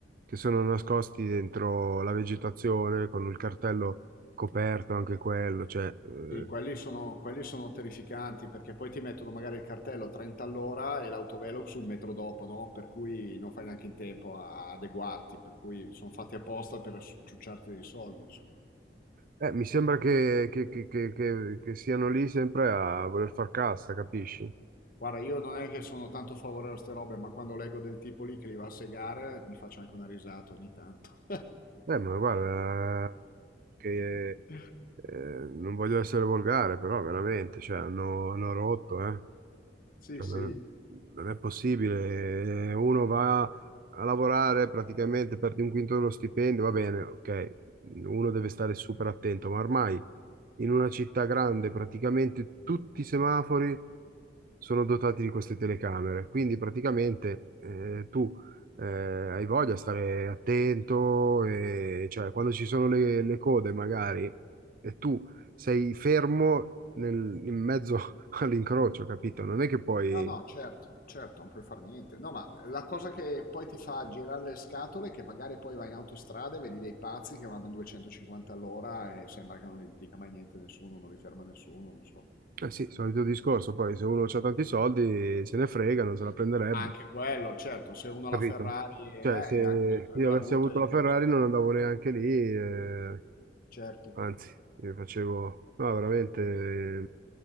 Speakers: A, on the right (about 55°); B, on the left (about 55°).
A: che sono nascosti dentro la vegetazione con il cartello coperto anche quello, cioè... eh,
B: Sì, quelli sono, quelli sono terrificanti perché poi ti mettono magari il cartello 30 all'ora e l'autovelox un metro dopo, no? Per cui non fai neanche in tempo a adeguarti, per cui sono fatti apposta per ciucciarti dei soldi, insomma.
A: Eh, mi sembra che, che- che- che- che- che siano lì sempre a voler far cassa, capisci?
B: Guarda, io non è che sono tanto favorevole a queste robe, ma quando leggo del tipo lì che li va a segare, mi faccio anche una risata ogni tanto.
A: Eh, ma guarda, che
B: <laughs>
A: eh, non voglio essere volgare, però veramente, cioè, hanno, hanno rotto, eh.
B: Sì,
A: Cioè,
B: sì.
A: non non è possibile. Uno va a lavorare praticamente per un quinto dello stipendio, va bene, ok. Uno deve stare super attento, ma ormai in una città grande praticamente tutti i semafori. sono dotati di queste telecamere. Quindi praticamente eh, tu eh, hai voglia di stare attento, e, cioè quando ci sono le, le code magari e tu sei fermo nel- in mezzo <laughs> all'incrocio, capito? Non è che poi...
B: No, no, certo, certo, non puoi fare niente. No, ma la cosa che poi ti fa girare le scatole è che magari poi vai in autostrada e vedi dei pazzi che vanno a 250 all'ora e sembra che non li dica mai niente nessuno, non li ferma nessuno, non so.
A: Eh sì, solito discorso, poi se uno ha tanti soldi se ne frega, non se la prenderebbe,
B: Anche quello, certo, se uno ha
A: capito?
B: la Ferrari eh,
A: Cioè,
B: e
A: se
B: anche se prende
A: io avessi
B: la multa
A: avuto
B: gli interessa
A: la Ferrari
B: un
A: non
B: po',
A: andavo neanche lì, eh,
B: certo.
A: Anzi, io facevo, no, veramente, eh,